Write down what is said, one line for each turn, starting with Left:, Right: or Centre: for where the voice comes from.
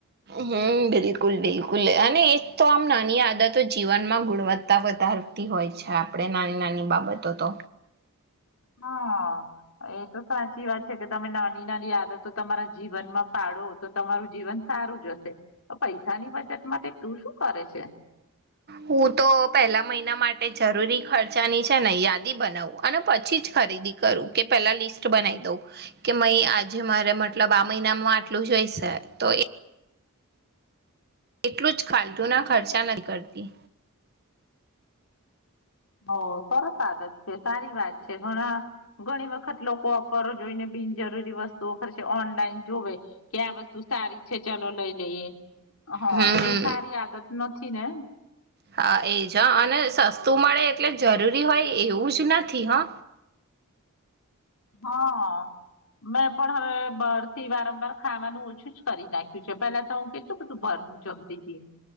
Right: હમ બિલકુલ બિલકુલ અને એ તો આમ નાની આદતો જીવનમાં ગુણવત્તા વધારતી હોય છે આપણે નાની નાની બાબતો તો
Left: હા એ તો સાચી વાત છે કે તમે નાની નાની આદતો તમારા જીવનમાં પાડો તો તમારું જીવન સારું જશે તો પૈસાની બચત માટે તું શું કરે છે.
Right: હું તો પેલા મહિના માટે જરૂરી ખર્ચાની છે ને યાદી બનાવું અને પછી જ ખરીદી કરું કે પેલા લિસ્ટ બનાવી દઉં કે મઈ આજે મારે મતલબ આ મહિનામાં આટલું જોઈશે તો એટલું જ ફાલતુના ખર્ચા નથી કરતી
Left: હ સરસ આદત છે સારી વાત છે ઘણા ઘણી વખત લોકો ઓફર જોઈને બિનજરૂરી વસ્તુઓ ખરશે ઓનલાઈન જોવે કે આ વસ્તુ સારી છે ચલો લઈ લઈએ હા
Right: હમ
Left: એ સારી આદત ન થી ને
Right: હા એજ હ અને સસ્તું મળે એટલે જરૂરી હોય એવું જ નથી હ
Left: હા મેં પણ હવે બાર થી વારંવાર ખાવાનું ઓછું જ કરી નાખ્યું છે પેલા તો હું કેટલું બધું બારનું જમતીતી